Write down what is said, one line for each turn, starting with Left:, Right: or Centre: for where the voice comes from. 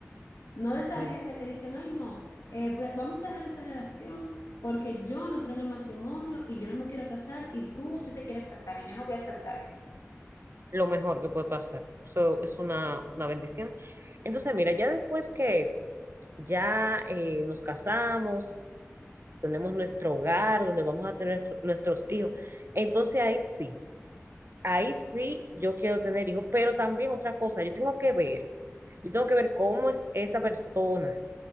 Left: No de
Right: así
Left: esa gente que dicen, ay, no, eh, voy a- vamos a dejar esta relación porque yo no creo en el matrimonio y yo no me quiero casar y tú sí te quieres casar y yo no voy a aceptar eso.
Right: lo mejor que puede pasar. Eso es una, una bendición. Entonces, mira, ya después que ya eh, nos casamos, tenemos nuestro hogar, donde vamos a tener nuestro- nuestros hijos. Entonces ahí sí, ahí sí yo quiero tener hijos, pero también otra cosa, yo tengo que ver, yo tengo que ver cómo es esa persona,